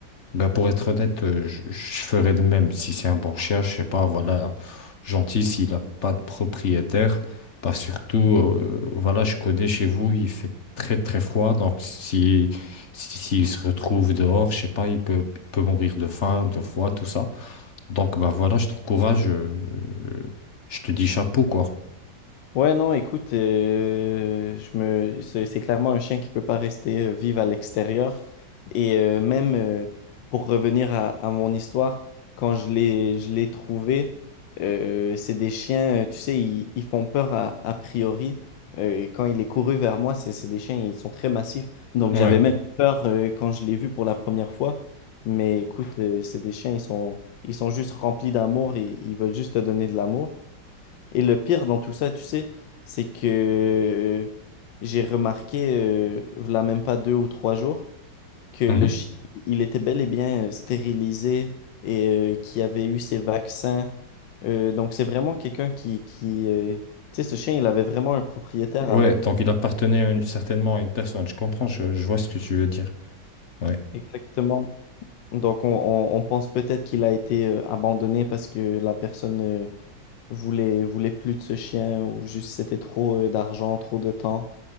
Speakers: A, on the left; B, on the left.
A: Bah pour être honnête, euh, je, je ferais de même. Si c'est un bon chien, je sais pas, voilà, gentil, s'il n'a pas de propriétaire, bah surtout, euh, voilà, je connais chez vous, il fait très très froid, donc si, si- s'il se retrouve dehors, je sais pas, il peut, il peut mourir de faim, de froid, tout ça. Donc bah voilà, je t'encourage, euh, je te dis chapeau, quoi.
B: Ouais, non, écoute, euh, je me, c'est c'est clairement un chien qui peut pas rester euh, vivre à l'extérieur. Et euh, même euh, pour revenir à, à mon histoire, quand je l'ai, je l'ai trouvé, euh, c'est des chiens, euh, tu sais, ils, ils font peur à, a priori. Euh, et quand il est couru vers moi, c'est c'est des chiens, ils sont très massifs. Donc
A: Ouais.
B: j'avais même peur euh, quand je l'ai vu pour la première fois. Mais écoute, euh, c'est des chiens, ils sont, ils sont juste remplis d'amour et ils veulent juste te donner de l'amour. Et le pire dans tout ça, tu sais, c'est que j'ai remarqué, euh, v'là même pas deux ou trois jours, que le
A: Mhm.
B: chien, il était bel et bien euh, stérilisé et euh, qui avait eu ses vaccins. Euh, donc c'est vraiment quelqu'un qui, qui euh, tu sais, ce chien, il avait vraiment un propriétaire
A: Ouais,
B: avant.
A: donc il appartenait à une- certainement à une personne, je comprends, je, je vois ce que tu veux dire. Ouais.
B: Exactement. Donc on, on- on pense peut-être qu'il a été euh, abandonné parce que la personne euh, voulait, voulait plus de ce chien ou juste c'était trop euh, d'argent, trop de temps.